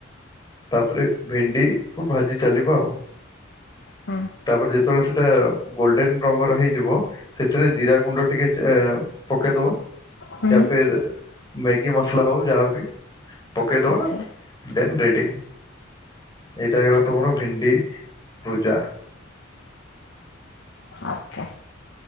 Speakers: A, on the left; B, on the left.
A: ତାପରେ ଭେଣ୍ଡି କୁ ଭାଜି ଚାଲିବା ଆଉ।
B: ହୁଁ
A: ତାପରେ ଯେତେବେଳେ ସେଇଟା ଗୋଲଡେନ ରଙ୍ଗର ହେଇଯିବ ସେଥିରେ ଜିରା ଗୁଣ୍ଡ ଟିକେ। ଏଁ ପକେଇଦବା
B: ହୁଁ
A: ୟା ଫିର୍ ମ୍ୟାଗି ମସଲା ହଉ ଯାହାବି। ପକେଇଦବା
B: ଓକେ
A: ଦେନ ରେଡି ଏଇଟା ହେଲା ତମର ଭେଣ୍ଡି। ଭୁଜା।
B: <inaudible>